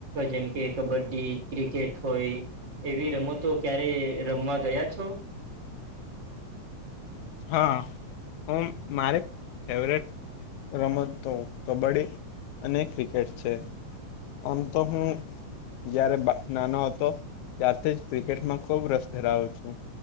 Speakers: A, on the right; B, on the left.
A: જેમ કે કબડ્ડી ક્રિકેટ હોય એવી રમત. ક્યારે રમવા ગયા છો.
B: હા હ મારે ફવટ. રમતો કબડ્ડી અને ક્રિકેટ છે. અમંત હું. જયારે નાનો હતો ત્યારથી જ ક્રિકેટમાં ખુબ રસ ધરાવું છું.